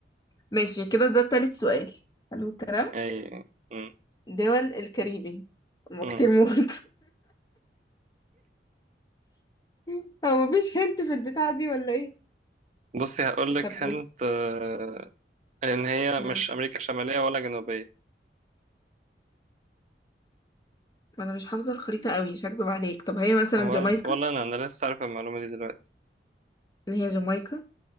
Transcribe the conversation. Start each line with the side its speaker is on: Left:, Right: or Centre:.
Left: ماشي كده ده تالت سؤال حلو الكلام
Right: اي أمم،
Left: دول الكاريبي هما
Right: أمم.
Left: كتير موت <laughs> هو مفيش هنت في البتاعة دي ولا ايه
Right: بصي هقول لك
Left: طب بص
Right: هنت آه، ان هي
Left: آه،
Right: مش امريكا شماليه ولا جنوبيه
Left: انا مش حافظة الخريطة قوي مش هكذب عليك طب هي مثلا
Right: ولا
Left: جامايكا
Right: ولا انا انا لسه عارف المعلومه دي دلوقتي
Left: اللي هي جامايكا